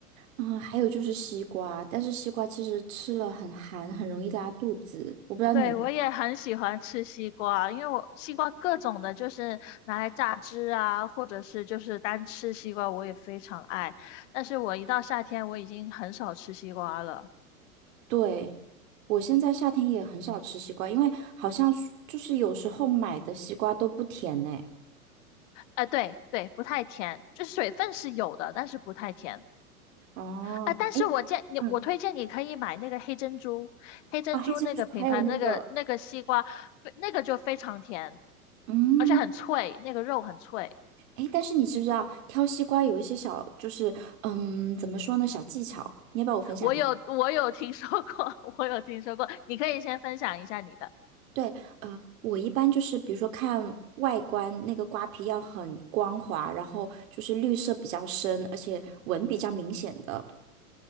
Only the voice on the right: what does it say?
嗯，还有就是西瓜，但是西瓜其实吃了很寒，很容易拉肚子。我不知道你
对，我现在夏天也很少吃西瓜，因为好像是就是有时候买的西瓜都不甜呢。
哦，
哎，嗯，
啊，黑珍珠还有那个，
嗯，
哎，但是你知不知道挑西瓜有一些小，就是嗯，怎么说呢，小技巧，你要不要我分享给你？
对，呃，我一般就是比如说看外观，那个瓜皮要很光滑，然后就是绿色比较深，而且纹比较明显的。